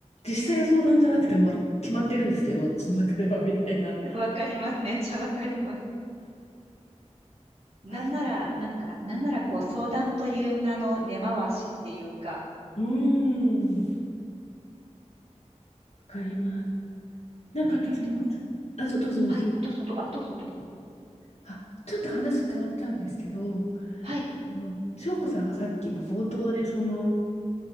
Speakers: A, on the left; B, on the right.
A: 実際は相談じゃなくても決まってるんですけど、私の中では、みたいな。
B: わかります。めっちゃわかります。なんなら、
A: あ
B: なんか、なんならこう相談という名の根回しっていうか、
A: うーん、わかります。なんか私もうちょっと、
B: え、でも
A: あとどうぞどうぞ。
B: はい、どうぞどう、あ、どうぞどうぞ。
A: あ、ちょっと話変わっちゃうんですけど、あ
B: はい、
A: の、翔子さんがさっきも冒頭で、その、